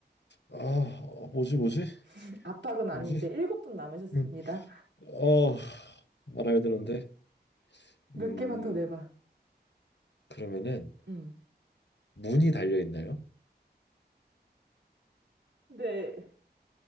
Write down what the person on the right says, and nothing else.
<laughs> 압박은 아닌데
7번 남으셨습니다.
몇
개만 더 내봐.
응.
네.